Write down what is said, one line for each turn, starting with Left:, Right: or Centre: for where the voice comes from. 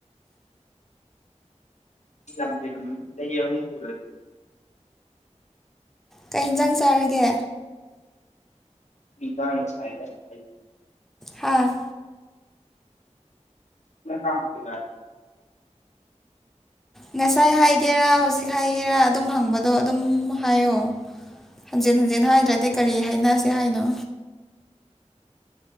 Left: ꯁꯍꯨꯝ ꯁꯨꯔꯠ
Centre: ꯀꯩ ꯌꯦꯟꯖꯥꯡ ꯆꯥꯔꯒꯦ
Left: <inaudible>
Centre: ꯍꯥꯥ
Left: ꯀꯒ
Centre: ꯉꯁꯥꯏ ꯍꯥꯏꯒꯦꯔꯥ ꯍꯧꯖꯤꯛ ꯍꯥꯏꯒꯦꯔꯥ ꯑꯗꯨꯝ ꯍꯪꯕꯗꯣ ꯑꯗꯨꯝ ꯍꯥꯏꯌꯣ ꯍꯟꯖꯤꯟ ꯍꯟꯖꯤꯟ ꯍꯥꯏꯗ꯭ꯔꯗꯤ ꯀꯔꯤ ꯍꯥꯏꯅꯁꯤ ꯍꯥꯏꯅꯣ